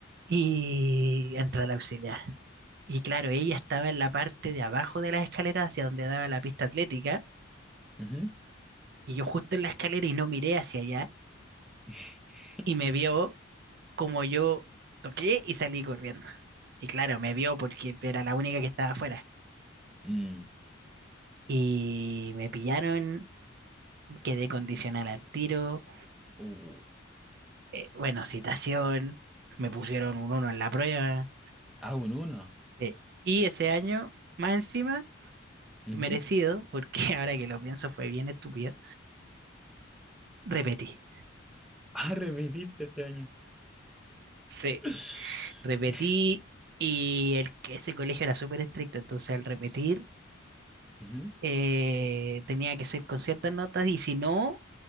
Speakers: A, on the right; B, in the centre.
A: Y entra la auxiliar. Y claro, ella estaba en la parte de abajo de las escaleras hacia donde daba la pista atlética,
B: ujú,
A: y yo justo en la escalera y no miré hacia allá,
B: <laughs>
A: y me vio como yo toqué y salí corriendo. Y claro, me vio porque era la única que estaba afuera.
B: mm,
A: Y me pillaron, quedé condicional al tiro,
B: uh,
A: eh, bueno, citación, me pusieron un uno en la prueba.
B: ah, un uno.
A: eh, Y ese año, más encima,
B: ujú.
A: merecido, porque <laughs> ahora que lo pienso fue bien estúpido, repetí.
B: Ah, repetiste este año.
A: Sí,
B: <gasps>
A: repetí y el, que- ese colegio era súper estricto, entonces al repetir
B: Ujú,
A: eh, tenía que ser con ciertas notas y si no,